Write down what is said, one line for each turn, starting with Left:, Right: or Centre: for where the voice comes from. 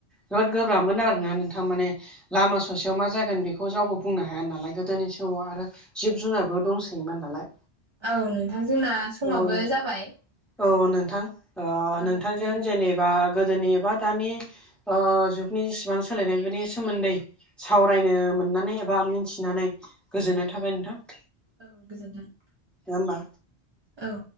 Centre: बिराद गोब्राबमोन आरोना नोंथां माने लामा ससेयाव मा जागोन बेखौ रावबो बुंनो हा हाया नालाय गोदोनि समाव आरो जिब जुनारबो दंसोयोमोन नालाय
Right: औ नोंथां जोंना समावबो
Centre: औ नों
Right: जाबाय
Centre: औ नोंथां ओ
Right: औ
Centre: नोंथांजों जेनेबा गोदोनि एबा दानि ओ जुगनि जिसिबां सोलायनाय बेनि सोमोन्दै सावरायनो मोननानै एबा मिथिनानै गोजोननाय थाबाय नोंथां
Right: औ गोजोन्थों
Centre: होमबा
Right: औ